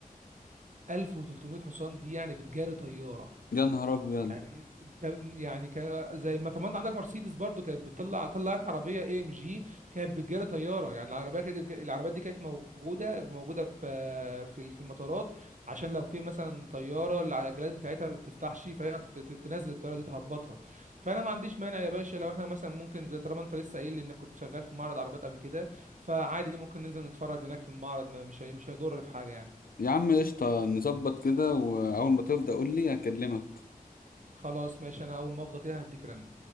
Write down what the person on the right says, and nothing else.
1300 حصان دي يعني بتجاري طياره
يعني انت يعني كان زي ما طبعا انت عندك مرسيدس برضو كانت بتطلع طلعت عربيه اي ام جي كانت بتجاري طياره يعني العربيه كانت العربيات دي كانت موجوده موجوده في في ال- في المطارات عشان لو في مثلا طياره العجلات بتاعتها ما بتفتحش فهي ت- ت- تنزل الطياره دي تهبطها فانا ما عنديش مانع يا باشا لو احنا مثلا ممكن زي طالما انت لسه قايل لي انك كنت شغال في معرض عربيات قبل كده فعادي ممكن ننزل نتفرج هناك في المعرض ما- مش هي- مش هيضر في حاجه يعني
خلاص ماشي انا اول ما افضى كده هديك رنة